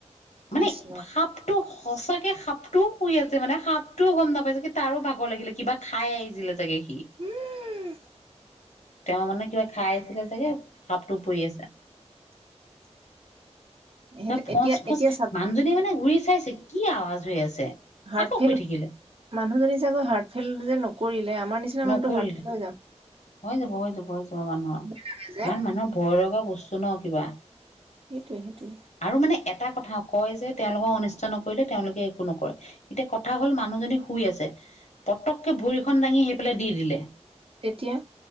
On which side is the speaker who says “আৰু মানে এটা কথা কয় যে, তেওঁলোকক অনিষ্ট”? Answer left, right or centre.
Left